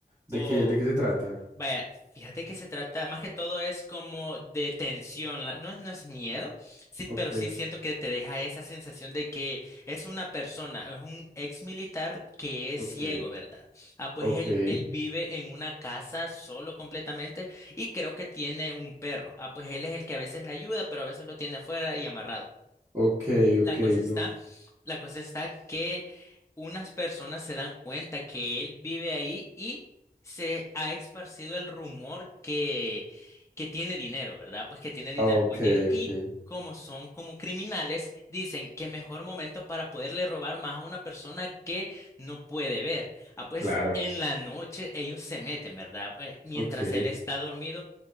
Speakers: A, on the right; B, on the left.
A: ¿De
B: O,
A: qué, de qué se trata?
B: vaya, fíjate que se trata, más que todo es como de tensión, la- no es, no es miedo, sí,
A: Ok,
B: pero sí siento que te deja esa sensación de que es una persona, es un ex militar que es
A: ok,
B: ciego, ¿verdad? Ah, pues
A: ok,
B: él, él vive en una casa solo completamente y creo que tiene un perro. Ah, pues él es el que a veces le ayuda, pero a veces lo tiene afuera y amarrado.
A: ok,
B: La
A: ok,
B: cosa está,
A: no.
B: la cosa está que unas personas se dan cuenta que él vive ahí y se ha esparcido el rumor que, que tiene dinero, ¿verdad? Pues que tiene dinero
A: Ok,
B: escondido y
A: ok.
B: como son como criminales, dicen que mejor momento para poderle robar más a una persona que no puede ver. Ah, pues
A: Claro.
B: en la noche ellos se meten, ¿verdad? Pues, mientras
A: Ok.
B: él está dormido